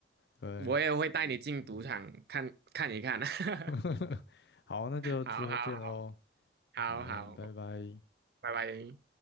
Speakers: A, on the left; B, on the right.
A: 对，
B: 我也会带你进赌场看看一看。<laughs>
A: <laughs> 好，那就之后见喽。
B: 好好好好，
A: 嗯，拜拜。
B: 拜拜。